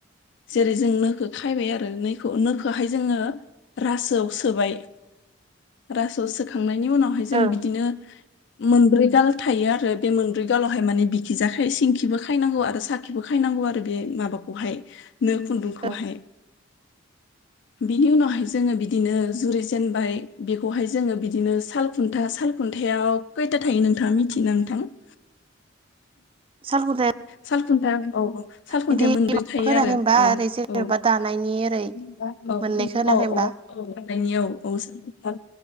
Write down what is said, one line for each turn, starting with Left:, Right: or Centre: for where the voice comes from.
Left: जेरै जों नोखौ खायबाय आरो खौ नोखौहाय जोङो रासोआव सोबाय रासोआव सोखांनायनि उनावहाय जों
Right: ओं
Left: बिदिनो मोनब्रै गाल थायो आरो बे मोनब्रै गालावहाय माने बिखि जाख सिंखिबो खायनांगौ आरो साखि खायनांगौ आरो बे माबाखौहाय नो खुन्दुंखौहाय
Right: ओं
Left: बिनि उनावहाय जोङो बिदिनो जुरि जेनबाय बेखौहाय जोङो बिदिनो साल खुन्था सालखुन्थायाव खैथा थायो नोंथाङा मिथियोना नोंथां <inaudible>
Right: <unintelligible>
Left: सालखुन्था औ औ सालखुन्थाया
Right: बिदि
Left: मोनब्रै
Right: माबा
Left: थायो
Right: होनाखै
Left: आरो
Right: होनबा
Left: औ
Right: ओरै जेनेबा
Left: औ
Right: दानायनि ओरै
Left: <unintelligible> औ
Right: मोननै खोनाखै
Left: अ
Right: होमबा
Left: अ औ गनायनि औ औ